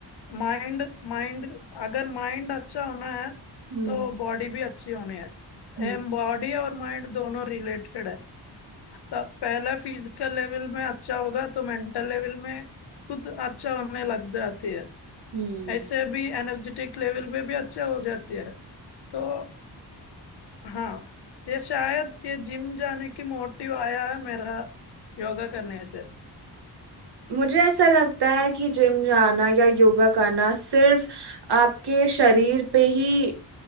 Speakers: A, on the left; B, on the right.
A: माइंड माइंड अगर माइंड अच्छा होना है
B: हम्म
A: तो बॉडी भी अच्छी होनी है
B: हम्म,
A: एम बॉडी और माइंड दोनों रिलेटेड है तब पहला फिजिकल लेवल में अच्छा होगा तो मेंटल लेवल में खुद अच्छा होने लग जाती है
B: हम्म,
A: ऐसे भी एनर्जेटिक लेवल पे भी अच्छा हो जाती है तो हाँ ये शायद ये जिम जाने की मोटिव आया है मेरा योगा करने से
B: मुझे ऐसा लगता है कि जिम जाना या योगा करना सिर्फ आपके शरीर पे ही